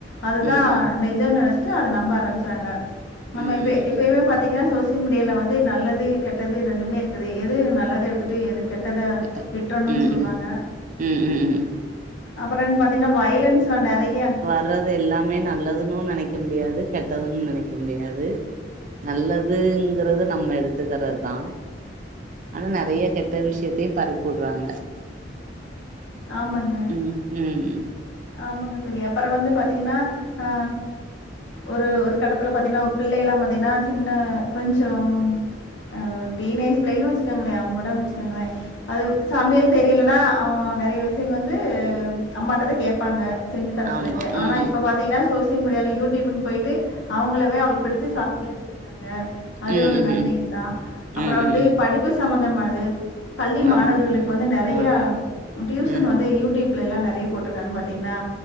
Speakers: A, on the left; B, on the right.
A: அதுதா
B: ம்
A: நெ ஜோனு நெனச்சுட்டு அத நம்ப ஆரம்பிச்சராங்க நம
B: ம்
A: எப்ப
B: ம்
A: எப்பைமே
B: ம்
A: பாத்தீங்கன்னா சோசி தின் முடியல வந்து நல்லது கெட்டது ரெண்டுமே இருக்குது எது நல்லது எடுத்துட்டு எது கெட்டத
B: கரெக்ட்டு
A: விட்டர்ணு
B: ம்
A: சொல்லுவாங்க
B: ம் ம் ம் ம் ம்
A: அப்புறன் பாத்தீங்னா வயலன்ஸ்ல நறையா
B: பிறது எல்லாமே நல்லதுன்னு நெனைக்க முடியாது கெட்டதுன்னு நெனைக்க முடியாது நல்லதுங்கறத நம்ம எடுத்துக்கற தா ஆனா நறைய கெட்ட விஷயத்தையு பறிப்புடுறாங்க
A: ஆமாங்க.
B: ம் ம்
A: ஆமாங்க தோழி அப்பற வந்து பார்த்தீங்கன்னா அ ஒரு ஒரு கட்டத்துல பாத்தீங்கன்னா பிள்ளகள் எல்லாம் பாத்தீங்கன்னா சின்ன கொஞ்சம் அ டீனேஜ் பிள்ளைகளு வச்சுக்கோங்ளே அவுங் கூட வச்சுக்கோங்ளே அது சமையல் தெரியலன்னா அ நெறைய விஷ்யங் வந்து அம்மாட்டதா கேப்பாங்க செஞ்சு தர
B: ஆமா
A: சொல்லிட்டு ஆனா
B: ம்
A: இப்ப பாத்தீங்கன்னா சோசி சோசியல் மீடியால யூடியூப்ன்னு போயிட்டு அவுங்களவே அவளுக்கு பிடிச்ச சமையல்ல செய்றாங்க அது
B: ம்
A: ஒரு
B: ம்
A: நன்மைகள்
B: ம்
A: தா அப்றோ
B: ம் ம்
A: வந்து
B: ம்
A: படிப்பு சம்பந்தமானது பள்ளி
B: ஆமா
A: மாணவர்களுக்கு
B: ம்
A: வந்து நறையா
B: மாறாங்க
A: டியூசன்
B: ம்
A: வந்து யூடியூப்ல எல்லா நறைய போட்ருக்காங்க பாத்தீங்ளா